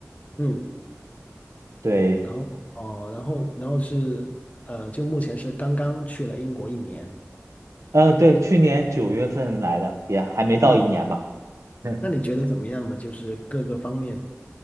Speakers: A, on the left; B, on the right.
A: 嗯。
B: 对，
A: 然后哦，然后然后是呃，就目前是刚刚去了英国一年，
B: 嗯、对，去年九月份来的，也还没到一年吧。
A: 嗯，
B: <laughs>
A: 那你觉得怎么样呢？就是各个方面，